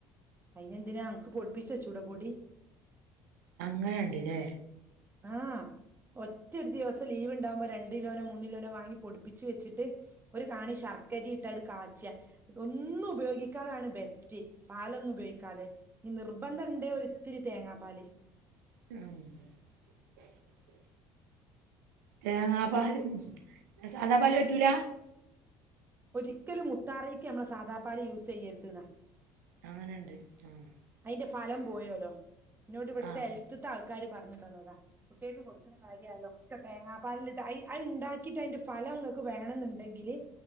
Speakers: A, on the right; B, on the right.
A: അയിനെന്തിനാ അനക്ക് പൊടിപ്പിച്ച് വെച്ചുടെ പൊടി
B: അങ്ങനെ ഇണ്ട്ലെ?
A: ആഹ് ഒറ്റൊരു ദിവസം ലീവ് ഇണ്ടാവുമ്പോ രണ്ട്കിലോനോ മൂന്നിലൊനോ വാങ്ങി പൊടിപ്പിച്ച് വെച്ചിട്ട് ഒര് കാണി ശർക്കരിം ഇട്ടട് കാച്ചാ ഒന്നും ഉപയോഗിക്കാതാണ് ബെസ്റ്റ് പാലൊന്നും ഉപയോഗിക്കാതെ ഇഞ്ഞ് നിർബന്ധം ഇണ്ടേ ഒരിത്തിരി തേങ്ങാപ്പാല്
B: ആഹ് തേങ്ങാപാൽ സാദാപാല് പറ്റൂല
A: ഒരിക്കലും മുത്താറീക്ക് ന്നമ്മൾ സാദാപാല് യൂസെയ്യര്ത് ന്നാ
B: അങ്ങനെണ്ട് ആഹ്
A: അയ്ന്റെ ഫലം പോയോലോ ഇന്നോട് ഇവട്ത്തെ
B: ആഹ്
A: ഹെൽത്ത്ത്തെ ആൾക്കാര് പറഞ് തന്നതാ കുട്ടിയാൾക്ക് കൊടുക്ക കാര്യാലോ ഒക്കെ തേങ്ങാപ്പാലിൽ അഹ് ഇണ്ടാക്കിട്ട് അയിന്റെ ഫലം ഇങ്ങക്ക് വേണംന്ന്ണ്ടെങ്കില്